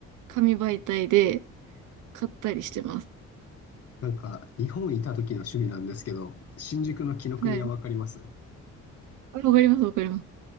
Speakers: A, on the right (about 85°); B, on the left (about 50°).
A: 紙媒体で買ったりしてます。
B: なんか日本いた時の趣味なんですけど、新宿の紀伊国屋わかります
A: はい。あわかります、わかります。